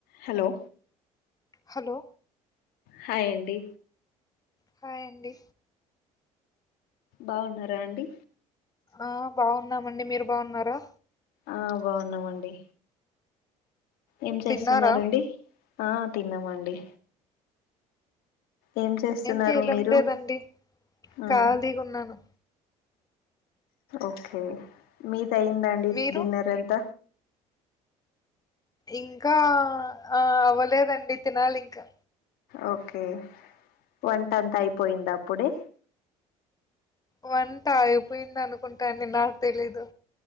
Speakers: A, on the left (about 75°); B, on the left (about 25°).
A: Hello
B: hello
A: hi అండి
B: hi అండి
A: బావున్నారా అండి
B: ఆ బావున్నామండి మీర్ బావున్నారా?
A: ఆ బావున్నామండి. ఏం చేస్తున్నారండి?
B: తిన్నారా
A: ఆ తిన్నాం అండి. ఏం చేస్తున్నారు?
B: చేయడం
A: మీరు
B: లేదండి
A: ఆ
B: ఖాళీగా ఉన్నాను
A: ఓకే మీద్ అయ్యిందా అండి
B: మీరు
A: డిన్నర్ అంత
B: ఇంకా ఆ అవ్వలేదండి తినాలి ఇంకా
A: ఓకే వంటంతా అయిపోయింద అప్పుడే
B: వంట అయిపోయింద్ అన్కుంటాండి నాక్ తెలీదు.